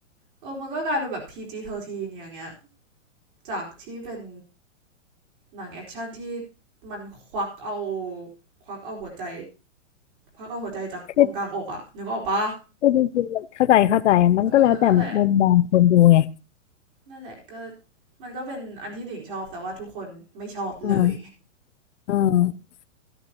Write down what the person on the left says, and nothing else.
คือคือจริงๆมันเข้าใจเข้าใจมันก็แล้วแต่มุมมองคนดูไง
อืมอืม